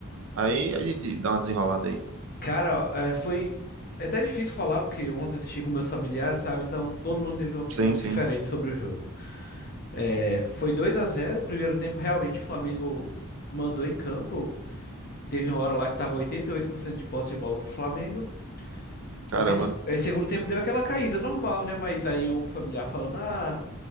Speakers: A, on the right; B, on the left.
A: aí a gente dá uma desenrolada aí.
B: Cara, é, foi é até difícil falar porque ontem assisti com meus familiares, sabe? Então todo mundo teve uma opinião
A: Sim,
B: diferente
A: sim.
B: sobre o jogo. É, foi 2 a zero. o primeiro tempo realmente o Flamengo mandou em campo. Teve uma hora lá que tava 88% de posse de bola pro Flamengo.
A: Caramba.
B: Mas aí segundo tempo deu aquela caída normal, né? Mas aí um familiar falando, ah,